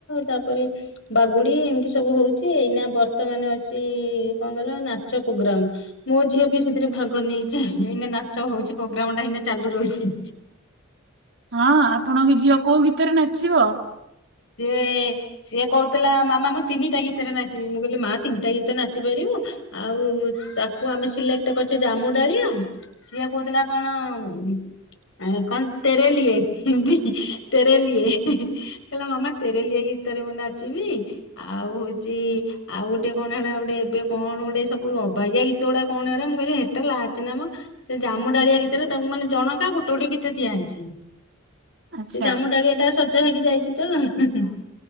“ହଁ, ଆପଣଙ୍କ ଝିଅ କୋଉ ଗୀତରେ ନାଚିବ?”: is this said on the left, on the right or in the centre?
Right